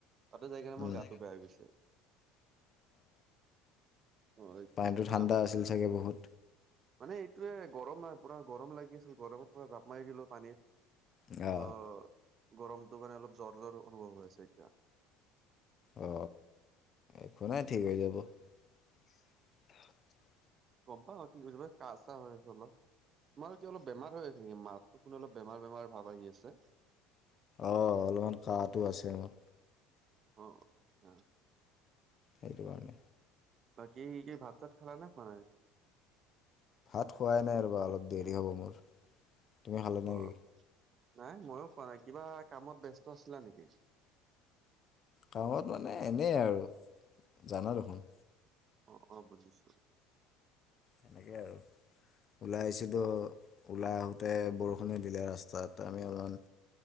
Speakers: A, on the right; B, on the left.
A: তাতে যাই কাৰণনে
B: উম।
A: মোৰ গাটো বেয়া হৈ গৈছে। অ এইটোৱে
B: পানীটো
A: যাম
B: ঠাণ্ডা আছিল চাগে বহুত।
A: মানে এইটোোৱে গৰম পুৰা গৰম লাগিছিল গৰমত পুৰা জাপ মাৰি দিলো পানীত।
B: অঁ
A: ত' গৰমটো মানে অলপ জৰ - জৰ অনুভৱ হৈ আছে এতিয়া।
B: অ, একো
A: সেইটোৱে
B: নাই ঠিক হৈ যাব। <inaudible>
A: গম পা অ, ঠিকছ ব কাহ চাহ হৈ আছে অলপ তোমাৰ কি অলপ বেমাৰ হৈ আছে নেকি মা ত' কোনো অলপ বেমাৰ - বেমাৰ ভাৱ আহি আছে।
B: অহ ', অলপমান কাহটো আছে মোৰ।
A: অ',
B: ধৰুৱান
A: বাকী কি ভাত চাত খালা নে খোৱা নাই।
B: ভাত খোৱাই নাই ৰব অলপ দেৰি হ'ব মোৰ তুমি খালা
A: অ
B: নে কি।
A: নাই ময়ো কোৱা নাই কিবা কামত ব্যস্ত আছিলা নেকি।
B: গাঁৱত মানে এনেই আৰু জানা দেখোন
A: অ' অ' বুজিছো
B: সেয়াই আৰু ওলাই আহিছিলোঁ ওলাই আহোঁতে বৰষুণে দিলে ৰাস্তাত আমি অলমান